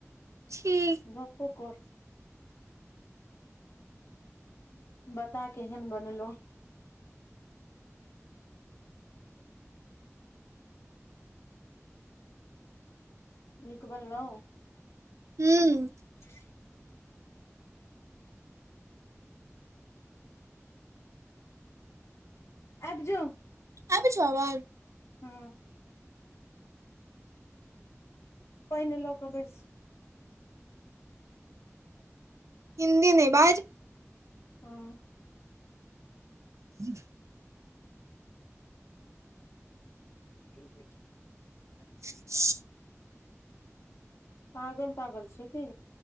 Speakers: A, on the right; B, on the left.
A: ठीक
B: गपो कर बता केहन बनलो निक बनलउ
A: हूँ
B: <inaudible> आबजो
A: आबै छो आवाज
B: हूँ पहिने लक बैस
A: हिन्दी नहि बाज
B: हाँ
A: <inaudible>
B: <unintelligible>
A: <unintelligible>
B: पागल तागल छै की